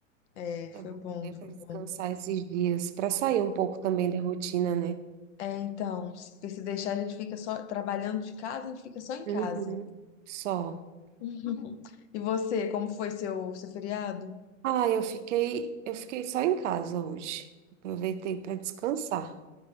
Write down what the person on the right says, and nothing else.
É
bom,
né, para
descansar
esses dias, para sair um pouco também da rotina, né?
Uhum.
Só.
Ah, eu fiquei, eu fiquei só em casa hoje. Aproveitei para descansar.